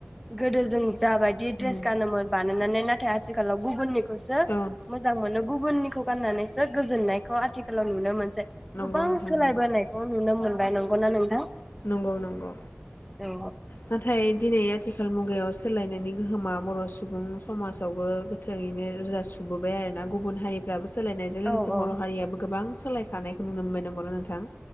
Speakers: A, in the centre; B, on the left (about 55°).
A: गोदो जों जाबायदि
B: उम
A: ड्रेस गानोमोन बानायनानै नाथाय आ थिखालाव गुबुननि सो
B: औ
A: मोजां मोनो गुबुननिखौ गाननानैसो गोजोननायखौ आथिखालाव नुनो मोन
B: नंगौ
A: गोबां
B: नोंथां
A: सोलायबोनायखौ
B: नंगौ
A: नुनो मोनबाय नों गौना नोंथां?
B: नंगौ नंगौ
A: औ
B: नाथाय दिनै आथिखाल मुगायाव सो सोलायनायनि गोहोमा बर सुबुं समाजावबो गोथै दिनो रोजा सुबुबोबाय आरोना गुबुन हारिफ्राबो सोलायनायजों लोगोसे
A: औ
B: बर
A: औ
B: हारियाबो गोबां सोलायखानायखौ नुनो मोनबाय नंगौ ना नोंथां